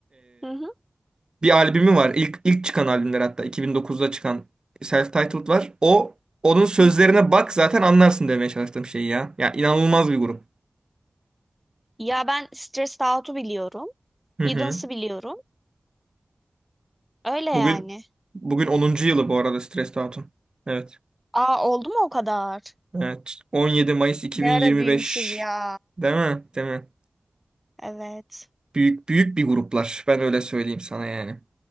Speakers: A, in the centre; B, on the right (about 35°).
A: Hı hı,
B: bir albümü var. İlk, ilk çıkan albümler hatta 2009'da çıkan self-titled var. O onun sözlerine
A: hı hı.
B: bak zaten anlarsın demeye çalıştığım şey ya. Ya inanılmaz bir grup.
A: Ya ben Stressed Out'u biliyorum.
B: Hı
A: Hiddens'ı
B: hı.
A: biliyorum. Öyle yani.
B: Bugün bugün onuncu yılı bu arada Stressed Out'un. Evet.
A: Aa oldu mu o kadar?
B: Evet. 17 Mayıs 2025.
A: Ne ara büyümüşüz ya.
B: Değil mi? Değil mi?
A: Evet.
B: Büyük büyük bir gruplar. Ben öyle söyleyeyim sana yani.